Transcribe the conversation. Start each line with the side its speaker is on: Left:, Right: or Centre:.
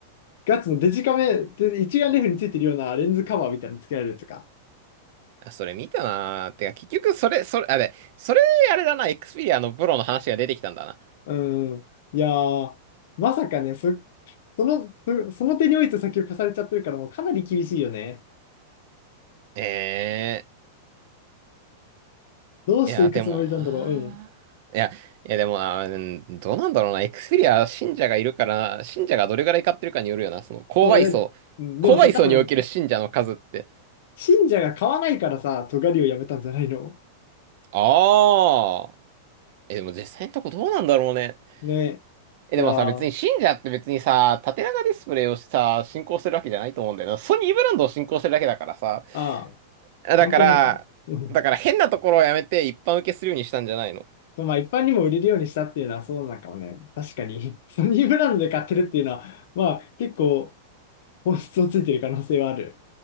Left: ガッツのデジカメ、で一眼レフについてるようなレンズカバーみたいにつけられるとか。
Right: う。あ、それ見たなー。てか、結局、それ、それ、あれ、それ、あれだな、エクスペリアのプロの話が出てきたんだな。
Left: うん。いやー、まさかね、そ、その、そ、その手において先を貸されちゃってるから、もうかなり厳しいよね。
Right: え
Left: どうしていくつもりなんだろう。
Right: ー、いや、でもなー。
Left: うん。
Right: いや、いや、でもな、うんどうなんだろうな、エクスペリア信者がいるからな、信者がどれぐらい買ってるかによるよな、その、購買層、
Left: そう、いや、うん、でもさ、
Right: 購買層における信者の数って。
Left: 多分、信者が買わないからさ、尖りをやめたんじゃないの
Right: ああ。え、でも実際のとこどうなんだろうね。
Left: ね。
Right: え、
Left: いやー
Right: でもさ、別に信者って別にさ、縦長ディスプレイをさ、信仰するわけじゃないと思うんだよな。ソニーブランドを信仰してるだけだからさ。
Left: ああ、
Right: だから、
Left: 関係ないか。うん。
Right: だから変なところをやめて一般受けするようにしたんじゃないの
Left: まあ、一般にも売れるようにしたっていうのはそうなのかもね。確かに、<laughs> ソニーブランドで買ってるっていうのは、まあ、結構、本質をついてる可能性はある。